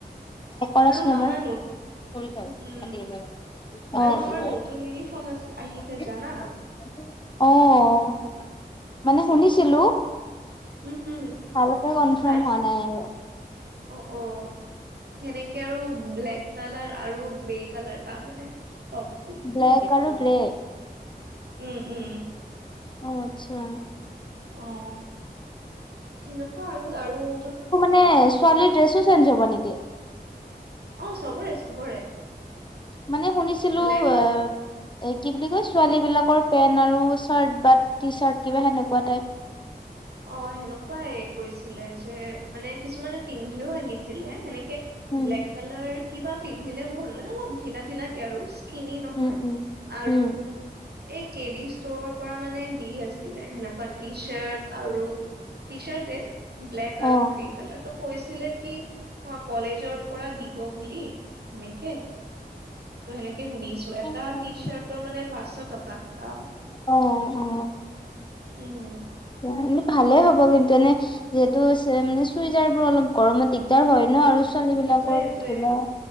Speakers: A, on the left; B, on the right.
A: অ', কৰাচোন
B: আৰু
A: এবাৰ
B: আমাৰ নতু
A: কৰি চাওঁ
B: উম
A: কাতেই নে কি
B: আৰু আমাৰ
A: হয়
B: নতুন
A: <unintelligible>
B: ইউনিফৰ্ম আছে আহিছে
A: অ', <unintelligible>
B: জানা
A: অ', অ', মানে শুনিছ
B: অ
A: ছিলো
B: উম হম
A: ভালকে কনফ্ৰাম
B: চাইজ
A: হোৱা নাই আৰু।
B: অ', অ'। সেনেকে আৰু ব্লেক কালাৰ আৰু গ্ৰে কালাৰ তাৰ মানে টপটো।
A: ব্লেক আৰু গ্ৰে
B: উম উম।
A: অ', আচ্ছা।
B: অ', সেনেকুৱা আৰু আৰু <unintelligible>
A: নে ছোৱালীৰ ড্ৰেছো চেঞ্জ হব নেকি?
B: অ', চবৰে চবৰে।
A: মানে শুনিছিলোঁ
B: ব্লেক
A: এব এই কি বুলি কয় ছোৱালী বিলাকৰ পেণ্ট আৰু চাৰ্ট বা টি চাৰ্ট কিবা সেনেকুৱা টাইপ
B: অ সেনেকুৱাই কৈছিলে যে মানে কিছুমানে পিন্ধিও আহিছিলে সেনেকে
A: উম
B: ব্লেক কালাৰ কিবা পিন্ধিলে বল মানে অলপ ঢিলা ঢিলা কে আৰু কিনি নহয়
A: উম উম
B: আৰু
A: উম
B: এই কে ডি ষ্টৰৰ পৰা মানে দি আছিলে সেনেকুৱা টি চাৰ্ট আৰু টি চাৰ্টে ব্লেক আৰু
A: অ
B: গ্ৰে কালাৰটো কৈছিলে কি অ কলেজৰ পৰা দিব বুলি সেনেকে ত' সেনেকে শুনিছো এটা
A: উম
B: টি চাৰ্টৰ মানে পাঁচশ টকা দাম
A: অ অ
B: উম
A: এনে ভালে হ'ব কিন্তু এনে যিহেতু মানে চুইজাৰ বোৰ অলপ গৰমত দিগদাৰ হয় ন আৰু ছোৱালী
B: সেইটোয়ে
A: বিলাকৰ
B: সেইটোয়ে
A: ধৰা